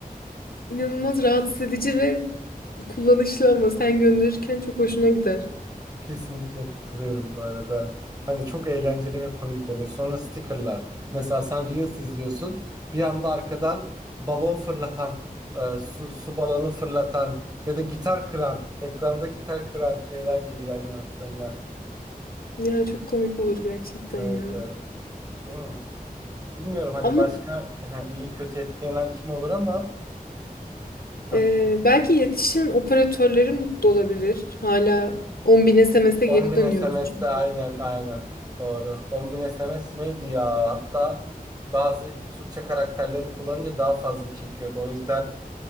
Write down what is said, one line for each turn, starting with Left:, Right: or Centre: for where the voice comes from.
Left: İnanılmaz rahatsız edici ve kullanışlı ama sen gönderirken çok hoşuna gider.
Right: Kesinlikle katılıyorum bu arada. Hani çok eğlenceli ve komik olur. Sonra stickerlar. Mesela sen Reels izliyorsun. Bir anda arkadan balon fırlatan, e, su, su balonu fırlatan ya da gitar kıran, ekranda gitar kıran şeyler geliyor animasyonlar.
Left: Ya çok komik olur gerçekten
Right: Evet,
Left: ya.
Right: evet. Değil mi? Bilmiyorum hani
Left: Ama
Right: başka ha, iyi kötü etkilenen kim olur ama hı,
Left: e, belki iletişim operatörleri mutlu olabilir. Hala 10 bin SMS'e
Right: 10
Left: geri
Right: bin
Left: dönüyoruz
Right: SMS
Left: çünkü.
Right: de aynen aynen doğru. 10 bin SMS neydi ya? Hatta bazı Türkçe karakterleri kullanınca daha fazla çekiyordu. O yüzden